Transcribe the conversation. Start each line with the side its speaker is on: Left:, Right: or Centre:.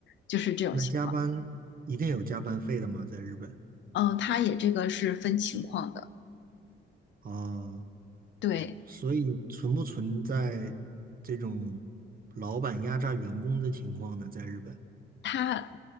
Left: 就是这种情况。
Right: 那加班一定有加班费的吗？在日本
Left: 嗯，他也这个是分情况的，
Right: 啊，
Left: 对。
Right: 所以存不存在这种老板压榨员工的情况呢？在日本
Left: 它